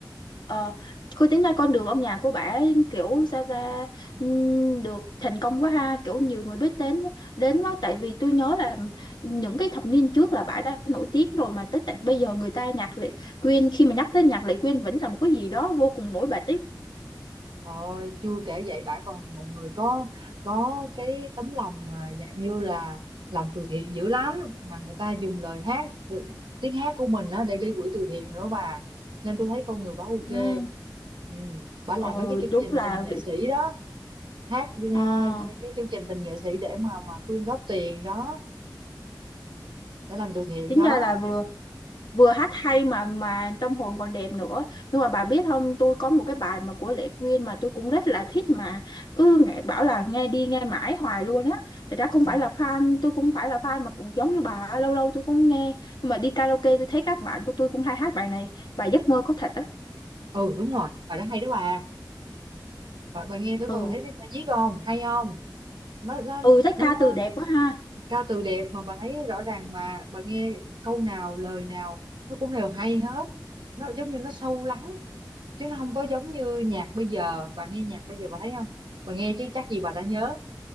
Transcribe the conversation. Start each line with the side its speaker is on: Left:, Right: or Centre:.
Left: ờ cứ tính ra con đường âm nhạc của bà ấy, kiểu sao ta ừm, được thành công quá ha, kiểu nhiều người biết đến đến quá tại vì tôi nhớ là những cái thập niên trước là bà đã nổi tiếng rồi mà tới tận bây giờ người ta nhạc Lệ Quyên khi mà nhắc tới nhạc Lệ Quyên vẫn là một cái gì đó vô cùng nổi bật ấy.
Right: rồi chưa kể vậy bả còn là một người có có cái tấm lòng mà dạng như là làm từ thiện dữ lắm mà người ta dùng lời hát từ- tiếng hát của mình á để gây quỹ từ thiện nữa bà nên tôi thấy con người bả ok
Left: Ừ,
Right: ừ bả làm
Left: ừ
Right: mấy cái chương
Left: đúng
Right: trình
Left: là
Right: tình nghệ
Left: vị-
Right: sĩ đó hát ờ,
Left: ờ
Right: cái chương trình tình nghệ sĩ để mà mà quyên góp tiền đó để làm từ thiện
Left: tính
Right: đó
Left: ra là vừa vừa hát hay mà mà tâm hồn còn đẹp nữa nhưng mà bà biết không tôi có một cái bài mà của Lệ Quyên mà tôi cũng rất là thích mà cứ nghe bảo là nghe đi nghe mãi hoài luôn á thật ra không
Right: ừ
Left: phải là fan tôi cũng phải là fan mà cũng giống như bà lâu lâu tôi cũng nghe nhưng mà đi karaoke tôi thấy các bạn của tôi cũng hay hát bài này bài Giấc mơ có thật á
Right: ừ đúng rồi bài đó hay đó bà bà, bà nghe tôi
Left: ừ
Right: coi bà thấy nó viết không hay không nó nó
Left: ừ thấy ca
Right: nó nó
Left: từ đẹp quá ha
Right: ca từ đẹp mà bà thấy rõ ràng mà bà nghe câu nào lời nào nó cũng đều hay hết nó giống như nó sâu lắng chứ nó không có giống như nhạc bây giờ bà nghe nhạc bây giờ bà thấy không bà nghe chứ chắc gì bà đã nhớ